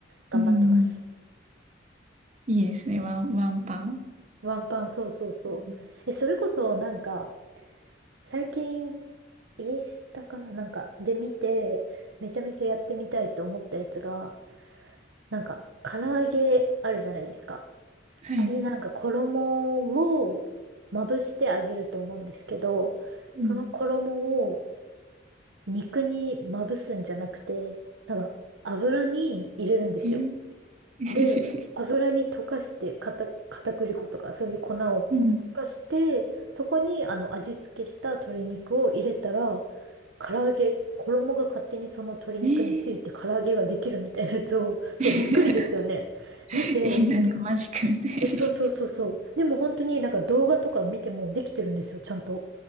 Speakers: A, on the right (about 85°); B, on the right (about 40°).
A: 頑張ってます。
B: うん。いいですね。ワン、ワンパン。
A: うん。ワンパン、そうそうそう。
B: うん
A: え、それこそなんか、最近、インスタかななんか、で見て、めちゃめちゃやってみたいと思ったやつが、なんか、唐揚げあるじゃないですか。
B: はい。
A: あれなんか衣をまぶしてあげると思うんですけど、
B: うん
A: その衣を肉にまぶすんじゃなくて、なんか油に入れるんですよ。
B: えー、<laughs>
A: で、油に溶かして、片、片栗粉とか、そういう粉を溶かして、
B: うん
A: そこに、あの、味付けした鶏肉を入れたら、唐揚げ、衣が勝手にその鶏肉について唐揚げができるみたいなやつを、
B: えー
A: そう、
B: <laughs>
A: びっくりですよね。
B: <laughs>
A: 見て、
B: えー、なんかマジックみたい。
A: え、そうそうそうそう。でも本当になんか動画とか見てもできてるんですよ、ちゃんと。